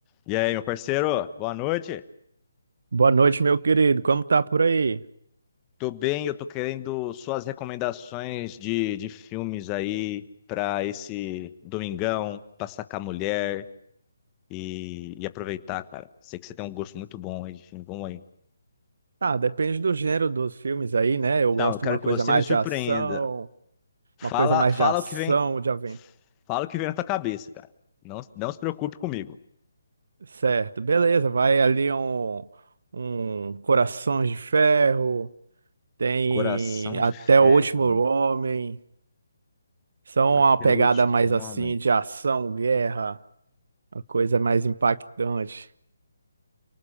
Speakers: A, on the left; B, on the right.
A: E aí, meu parceiro, boa noite.
B: Boa noite, meu querido. Como tá por aí?
A: Tô bem, eu tô querendo suas recomendações de, de filmes aí pra esse domingão, passar com a mulher e, e aproveitar, cara. Sei que você tem um gosto muito bom aí de filme, vamos aí.
B: Ah, depende do gênero dos filmes aí, né? Eu
A: Então,
B: gosto
A: eu quero
B: de uma
A: que
B: coisa
A: você
B: mais
A: me surpreenda.
B: de ação,
A: Fala,
B: uma coisa mais
A: fala
B: de ação,
A: o que vem,
B: de aventura.
A: fala o que vem na tua cabeça, cara. Não, não se preocupe comigo.
B: Certo, beleza. Vai ali um, um Corações de Ferro, tem
A: Coração
B: até
A: de ferro,
B: o Último Homem. São
A: até
B: uma pegada
A: o último
B: mais
A: homem.
B: assim de ação, guerra, uma coisa mais impactante,